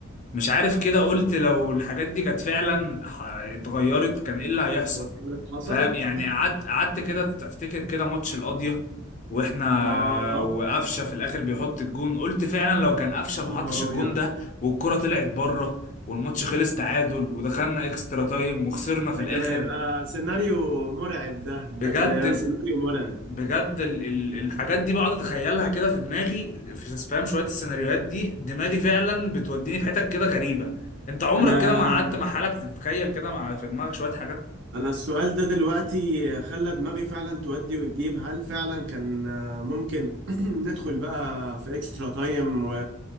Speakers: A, on the left; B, on the right.
A: مش عارف كده قلت لو الحاجات دي كانت فعلا ح- اتغيرت كان ايه اللي هيحصل
B: لو كانت حصلت
A: فاهم يعني قعدت قعدت كده تفتكر كده ماتش القاضية واحنا
B: <clears throat> آه
A: وقفشه في الاخر بيحط الجون قلت فعلا لو كان قفشه
B: يا
A: ما حطش
B: نهار
A: الجون
B: أبيض
A: ده والكرة طلعت بره والماتش خلص تعادل ودخلنا
B: لا،
A: اكسترا تايم وخسرنا في
B: ده
A: الاخر
B: كان هيبقى سيناريو مرعب ده ده
A: بجد
B: كان هيبقى سيناريو مرعب
A: بجد ال- ال- الحاجات دي بقعد اتخيلها كده في دماغي في فاهم شويه السيناريوهات دي دماغي فعلا بتوديني في حتت كده غريبه انت عمرك
B: أنا
A: كده ما قعدت مع حالك تتخيل كده مع في دماغك شويه حاجات
B: أنا السؤال ده دلوقتي خلى دماغي فعلا تودي وتجيب هل فعلا كان آه، ممكن <clears throat> ندخل بقى في اكسترا تايم و...